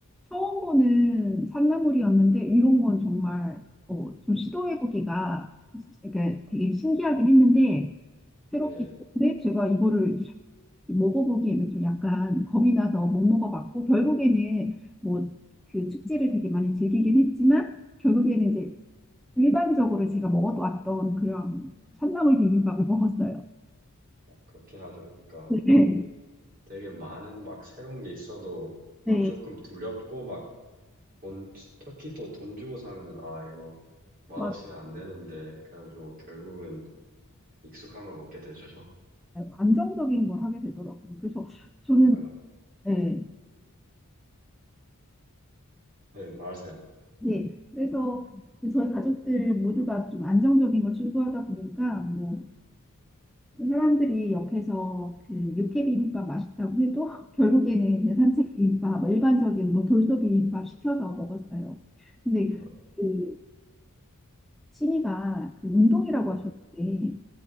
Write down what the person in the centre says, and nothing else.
처음 보는 산나물이었는데 이런 건 정말 어, 좀 시도해보기가 그러니까 되게 신기하긴 했는데 새롭긴
했는데 제가 이거를 먹어보기에는 좀 약간 겁이 나서 못 먹어봤고 결국에는 뭐 그 축제를 되게 많이 즐기긴 했지만 결국에는 이제 일반적으로 제가 먹어왔던 그런 산나물 비빔밥을 <laughs> 먹었어요.
네.
네.
맞아요.
안정적인 걸 하게 되더라고요. 그래서 저는
네,
네, 그래서 저희 가족들 모두가 좀 안정적인 걸 추구하다 보니까 뭐 사람들이 옆에서 그 육회 비빔밥 맛있다고 해도 <laughs> 결국에는 그냥 산채
비빔밥, 뭐 일반적인 뭐 돌솥 비빔밥 시켜서 먹었어요. 근데
그 취미가 그 운동이라고
하셨는데